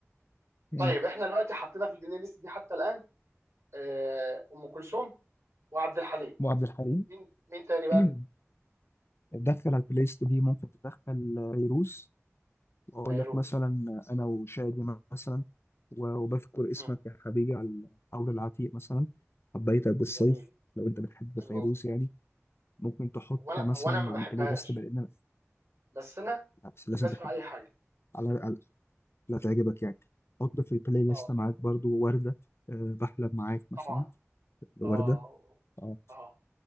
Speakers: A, on the left; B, on the right.
A: مم.
B: طيب احنا دلوقتي حطينا في البلاي ليست دي حتى الان آه، ام كلثوم وعبد الحليم
A: وعبد الحليم
B: مين مين تاني بقى
A: <clears throat> تدخل على البلاي ست دي ممكن تدخل فيروز واقول
B: فيروز
A: لك مثلا انا وشادي مثلا و- وبذكر اسمك
B: امم
A: يا حبيبي على حول العتيق مثلا حبيتك بالصيف
B: جميل
A: لو انت بتحب
B: حلو
A: فيروز
B: قوي
A: يعني ممكن تحط
B: هو انا
A: مثلا
B: هو انا ما
A: على
B: بحبهاش
A: البلاي ليست بقينا
B: بس انا
A: بس لازم
B: بسمع
A: تحبها
B: اي حاجه
A: على على- لا تعجبك يعني حط في البلاي ليست
B: اه
A: معاك برضو وردة أه بحلم معاك
B: طبعا
A: مثلا وردة
B: اه
A: اه
B: اه